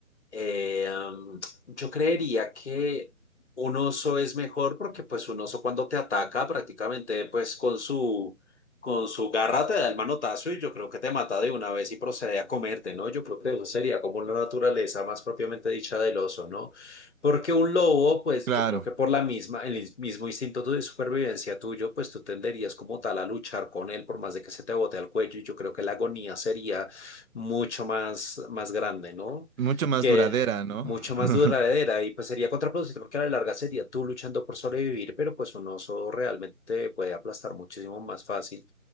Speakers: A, on the left; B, on the right.
A: Eh, am, yo creería que un oso es mejor porque pues un oso cuando te ataca prácticamente pues con su, con su garra te da el manotazo y yo creo que te mata de una vez y procede a comerte, ¿no? Yo creo que eso sería como la naturaleza más propiamente dicha del oso, ¿no? Porque un lobo pues
B: Claro,
A: yo creo que por la misma, el is- mismo instinto de supervivencia tuyo pues tú tenderías como tal a luchar con él por más de que se te bote al cuello y yo creo que la agonía sería mucho más, más grande, ¿no?
B: mucho más
A: que
B: duradera,
A: es
B: ¿no?
A: mucho más
B: <laughs>
A: duradera y pues sería contraproducente porque a la larga sería tú luchando por sobrevivir, pero pues un oso realmente puede aplastar muchísimo más fácil.